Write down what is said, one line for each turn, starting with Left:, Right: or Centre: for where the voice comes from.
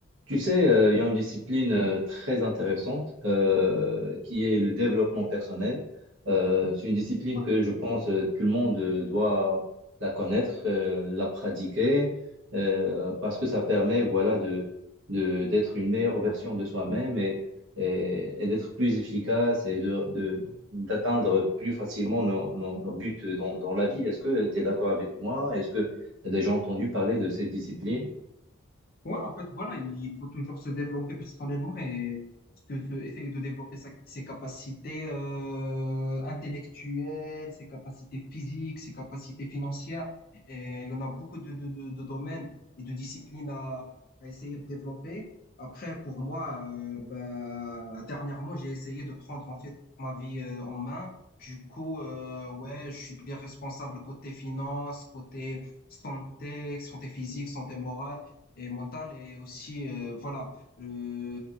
Right: Tu sais, euh, il y a une discipline euh, très intéressante euh, qui est le développement personnel. Euh, c'est une discipline
Left: Ouais.
Right: que je pense euh, tout le monde euh, doit la connaître, euh, la pratiquer, euh, parce que ça permet, voilà, de, de- d'être une meilleure version de soi-même et, et- et d'être plus efficace et de, de- d'atteindre plus facilement nos, nos- nos buts dans, dans la vie. Est-ce que tu es d'accord avec moi? Est-ce que tu as déjà entendu parler de cette discipline?
Left: Ouais, en fait, voilà, il faut toujours se développer personnellement et se- se- essayer de développer sa- ses capacités euh, intellectuelles, ses capacités physiques, ses capacités financières. Et il y en a beaucoup de, de, de, de domaines et de disciplines à, à essayer de développer. Après, pour moi, euh, ben, dernièrement, j'ai essayé de prendre en fait ma vie euh, en main. Du coup, euh, ouais, je suis plus responsable côté finance, côté santé, santé physique, santé morale. et mentale et aussi, euh, voilà, euh,